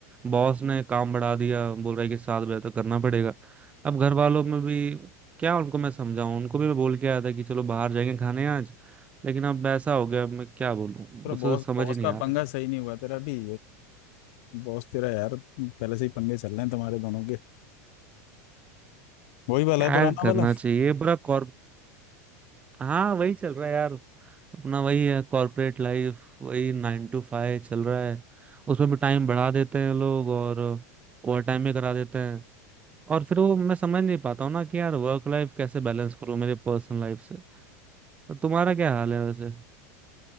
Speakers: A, on the right; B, on the left.
A: बॉस ने काम बढ़ा दिया बोल रहा है कि सात बजे तक करना पड़ेगा अब घर वालों में भी क्या उनको मैं समझाऊं उनको भी मैं बोल के आया था कि चलो बाहर जाएंगे खाने आज लेकिन अब ऐसा हो गया अब मैं क्या बोलूं
B: थोड़ा
A: मुझे
B: बॉस
A: तो समझ
B: बॉस
A: ही नहीं
B: का
A: आ रहा
B: पंगा
A: है
B: सही नहीं हुआ तेरा भी बॉस तेरा यार पहले से ही पंगे चल रहे हैं तुम्हारे दोनों के वही वाला
A: क्या
B: है पुराना
A: करना
B: वाला
A: चाहिए पूरा कॉर्प हाँ वही चल रहा है यार अपना वही है कॉर्पोरेट लाइफ वही नाइन टू फाइव चल रहा है उसमें भी टाइम बढ़ा देते हैं लोग और ओवर टाइम भी करा देते हैं और फिर वो मैं समझ नहीं पाता हूँ ना कि यार वर्क लाइफ कैसे बैलेंस करूँ मेरे पर्सनल लाइफ से तो तुम्हारा क्या हाल है वैसे